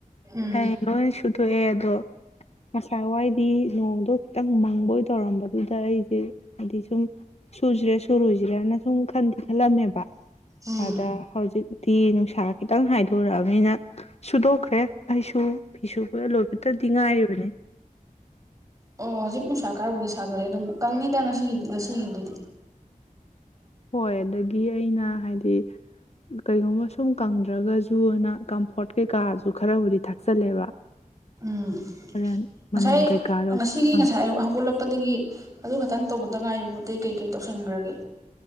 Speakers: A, on the right; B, on the left.
A: ꯎꯝ
B: ꯑꯩ ꯂꯣꯏ ꯁꯨꯊꯣꯛꯑꯦ ꯑꯗꯣ ꯉꯁꯥ ꯋꯥꯏꯗꯤ ꯅꯣꯡꯗꯣ ꯈꯤꯇꯪ ꯃꯪꯕꯣꯏ ꯇꯧꯔꯝꯕꯗꯨꯗ ꯑꯩꯁꯦ ꯍꯥꯏꯗꯤ ꯁꯨꯝ ꯁꯨꯁꯤꯔꯥ ꯁꯨꯔꯣꯏꯁꯤꯔꯅ ꯁꯨꯝ ꯈꯜ ꯈꯜꯂꯝꯃꯦꯕ
A: ꯎꯝ
B: ꯑꯗ ꯍꯧꯖꯤꯛꯇꯤ ꯅꯨꯡꯁꯥ ꯈꯤꯇꯪ ꯍꯥꯏꯗꯣꯔꯛꯑꯕꯅꯤꯅ ꯁꯨꯗꯣꯛꯈ꯭ꯔꯦ ꯑꯩꯁꯨ ꯐꯤꯁꯨ ꯂꯣꯏꯐꯕꯇꯗꯤ ꯉꯥꯏꯔꯤꯕꯅꯤ
A: ꯑꯣ ꯍꯧꯖꯤꯛ ꯅꯨꯡꯁꯥ ꯈꯔꯕꯨꯗꯤ ꯁꯥꯗꯣꯔꯛꯑꯦ ꯑꯗꯨꯝ ꯀꯪꯉꯤꯗ ꯉꯁꯤꯒꯤꯗꯤ ꯉꯁꯤꯒꯤꯕꯨꯗꯤ
B: ꯍꯣꯏ ꯑꯗꯒꯤ ꯑꯩꯅ ꯍꯥꯏꯗꯤ ꯀꯔꯤꯒꯨꯝꯕ ꯁꯨꯝ ꯀꯪꯗ꯭ꯔꯒꯁꯨꯅ ꯀꯝꯐꯣꯔꯠ ꯀꯩꯀꯥꯁꯨ ꯈꯔꯕꯨꯗꯤ ꯊꯥꯛꯆꯜꯂꯦꯕ
A: ꯎꯝ
B: ꯍꯣꯔꯦꯟ
A: ꯉꯁꯥꯏ
B: ꯃꯅꯝ ꯀꯩꯀꯥꯗꯣ
A: ꯉꯁꯤꯒꯤ
B: ꯑꯥ
A: ꯉꯁꯥꯏ ꯑꯌꯨꯨꯛ ꯍꯧꯒꯠꯂꯛꯄ ꯆꯠꯄꯗꯒꯤ ꯑꯗꯨ ꯈꯛꯇꯪ ꯇꯧꯕꯇ ꯉꯥꯏꯔꯤꯕ ꯑꯥꯇꯩ ꯀꯩꯀꯩ ꯇꯧꯁꯟꯈ꯭ꯔꯒꯦ